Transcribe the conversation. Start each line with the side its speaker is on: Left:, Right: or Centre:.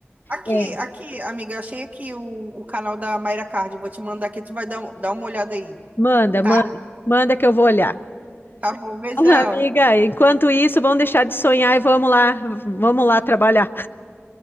Right: Aqui,
Left: é,
Right: aqui, amiga, eu achei aqui o, o canal da Mayra Card. Vou te mandar aqui, tu vai dar, um- dar uma olhada aí,
Left: manda,
Right: tá?
Left: manda, manda que eu vou olhar.
Right: Tá bom, beijão.
Left: <laughs> Amiga, enquanto isso, vamos deixar de sonhar e vamos lá, vamos lá trabalhar.